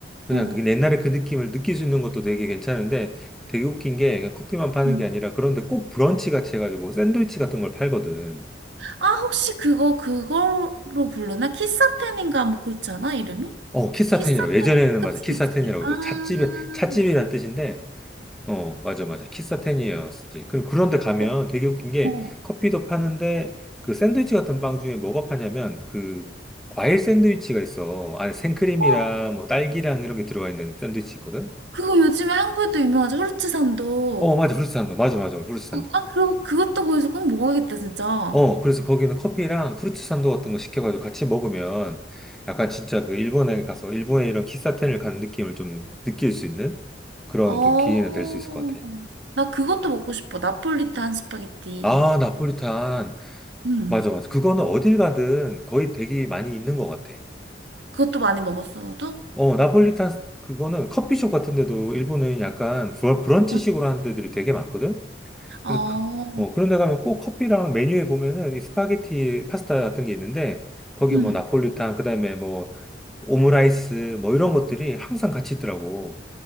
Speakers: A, in the centre; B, on the right (about 80°).
A: 그냥
B: 어.
A: 그 옛날에 그 느낌을 느낄 수 있는 것도 되게 괜찮은데 되게 웃긴 게 커피만 파는
B: 응.
A: 게 아니라 그런데 꼭 브런치 같이 해가지고 샌드위치 같은 걸 팔거든.
B: 아, 혹시 그거, 그걸로 부르나? 키사템인가? 뭐 그렇지 않아? 이름이?
A: 어, 키사텐이라고.
B: 키사템.
A: 예전에는
B: 그치,
A: 맞아. 키사텐이라고
B: 그치. 아,
A: 해서
B: 아.
A: 찻집에, 찻집이란 뜻인데, 어, 맞아, 맞아. 키사텐이었지. 그- 그런데 가면
B: 어,
A: 되게 웃긴 게
B: 어.
A: 커피도 파는데 그 샌드위치 같은 빵 중에 뭐가 파냐면 그 과일 샌드위치가 있어. 안에 생크림이랑
B: 어,
A: 뭐 딸기랑 이런 게 들어가 있는 샌드위치 있거든.
B: 그거 요즘에 한국에도 유명하죠. 후르츠산도.
A: 어, 맞아. 후르츠 산도. 맞아, 맞아. 후르츠 산도.
B: 아, 그리고 그것도 거기서 꼭 먹어야겠다, 진짜. 어.
A: 어, 그래서 거기는 커피랑 프루츠 산도 같은 거 시켜가지고 같이 먹으면 약간 진짜 그 일본에 가서 일본의 이런 키사텐을 간 느낌을 좀 느낄 수 있는 그런
B: 어.
A: 좀 기회는 될 수 있을 것 같아.
B: 나 그것도 먹고 싶어. 나폴리탄 스파게티.
A: 아, 나폴리탄.
B: 응
A: 맞아, 맞아. 그거는 어딜 가든 거의 되게 많이 있는 것 같아.
B: 그것도 많이 먹었어, 너도?
A: 어, 나폴리탄 그거는 커피숍 같은 데도 일본은 약간 브런치식으로
B: 응.
A: 하는 데들이 되게 많거든?
B: 어.
A: 그래서 그, 뭐 그런 데 가면 꼭 커피랑 메뉴에 보면은 이 스파게티 파스타 같은 게 있는데 거기
B: 응
A: 뭐 나폴리탄 그다음에 뭐 오므라이스 뭐 이런 것들이 항상 같이 있더라고.